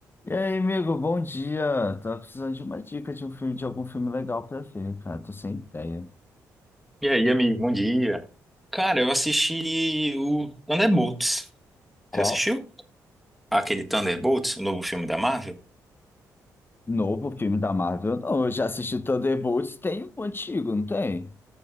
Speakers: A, on the left; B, in the centre.
A: E aí, amigo, bom dia. Tava precisando de uma dica de um filme, de algum filme legal pra ver, cara. Tô sem ideia.
B: E aí, amigo, bom dia. Cara, eu assisti o Thunderbolts.
A: Qual
B: Você assistiu? Aquele Thunderbolts, o novo filme da Marvel?
A: novo filme da Marvel? Não, eu já assisti Thunderbolts, tem um antigo, não tem?